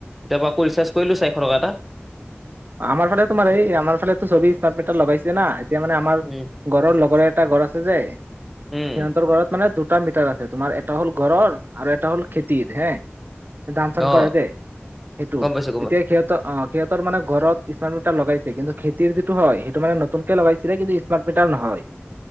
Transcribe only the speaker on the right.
আমাৰ ফালে তোমাৰ এই আমাৰ ফালেতো চবেই স্মাৰ্ট মিটাৰ লগাইছে না এত এতিয়া মানে আমাৰ
ঘৰৰ লগৰ এটা ঘৰ আছে যে সিহঁতৰ
ঘৰত মানে দুট দুটা মিটাৰ আছে তোমাৰ এটা হ'ল ঘৰৰ আৰু এটা হ'ল খেতিৰ হে ধান-চান
কৰে দেই সেইটো
এতিয়া
সিহঁতৰ অ সিহঁতৰ মানে ঘৰত স্মাৰ্ট মিটাৰ লগাইছে কিন্তু খেতিৰ যিটো হয় সেইটো মানে নতুনকে লগাইছিলে কিন্তু স্মাৰ্ট মিটাৰ নহয়।